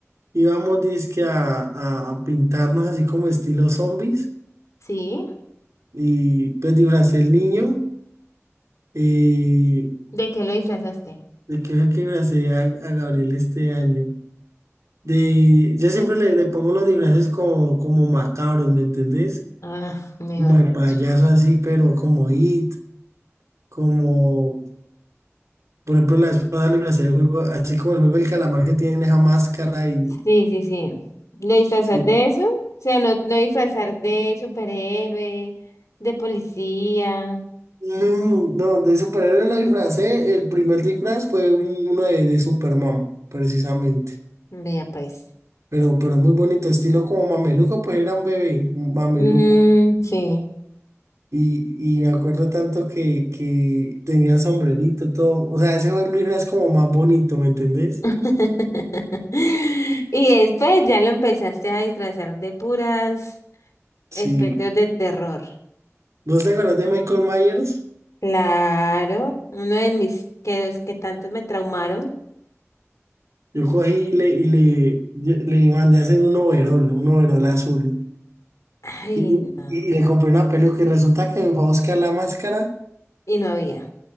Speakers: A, on the right; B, on the left.
A: íbamos dizque a, a- a pintarnos así como estilo zombies
B: sí.
A: y pues disfracé el niño y
B: ¿De qué lo disfrazaste?
A: de qué fue que disfracé a, a Gabriel este año. De, yo siempre le, le pongo unos disfraces como, como macabros, ¿me entendés?
B: Ah, mejor
A: Como de
B: dicho.
A: payaso así, pero como It. como por ejemplo la espada libre hacer el juego, así como el juego del calamar que tiene esa máscara y
B: Sí, sí, sí. Lo disfrazas
A: sí.
B: de eso. O sea, no, no disfrazar de superhéroe, de policía.
A: No, no, de superhéroe lo disfracé, el primer disfraz fue un- uno de, de Superman, precisamente.
B: Vea pues.
A: Pero, pero muy bonito, estilo como mameluco, pues era un bebé, un mameluco.
B: Mm, sí.
A: Y, y me acuerdo tanto que, que tenía sombrerito, todo. O sea, ese fue el disfraz como más bonito, ¿me entendés?
B: <laughs> Y después ya lo empezaste a disfrazar de puras
A: Sí.
B: espectros de terror.
A: ¿Vos te acuerdas de Michael Myers?
B: Claro, uno de mis que los que tanto me traumaron.
A: Yo cogí y le, y le, yo- le mandé a hacer un overol, un overol azul.
B: Ay,
A: Y,
B: no.
A: y- y le compré una peluca y resulta que me fue a buscar la máscara.
B: Y no había.